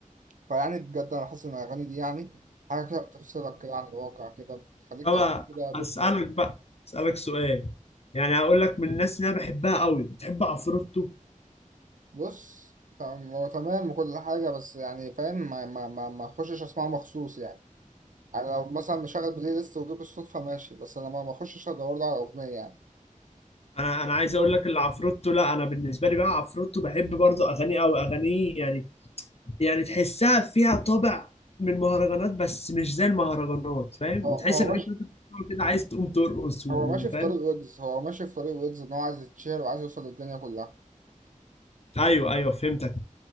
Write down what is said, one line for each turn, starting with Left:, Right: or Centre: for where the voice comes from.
Right: فيعني بجد انا حاسس ان الاغاني دي يعني حاجه كده بتفصلك كده عن الواقع كده بتخليك
Left: طب
Right: تعيش كده دور
Left: اسالك
Right: تاني
Left: بقى اسالك سؤال يعني هقول لك من الناس اللي انا بحبها قوي بتحب عفروتو
Right: بص تمام هو تمام وكل حاجه بس يعني فاهم ما ما ما ما اخشش اسمعه مخصوص يعني انا لو مثلا مشغل بلاي ليست وجيب الصدفه ماشي بس انا ما ما اخشش ادور له على اغنيه يعني
Left: انا انا عايز اقول لك اللي عفروتو لا انا بالنسبه لي بقى عفروتو بحب برضه اغانيه قوي اغانيه يعني يعني تحسها فيها طابع من المهرجانات بس مش زي المهرجانات فاهم
Right: هو
Left: وتحس
Right: هو
Left: انك انت بتسمعه كده عايز تقوم ترقص وفاهم
Right: هو ماشي في طريق ويجز هو ماشي في طريق ويجز ان هو عايز يتشهر وعايز يوصل للدنيا كلها
Left: ايوه ايوه فهمتك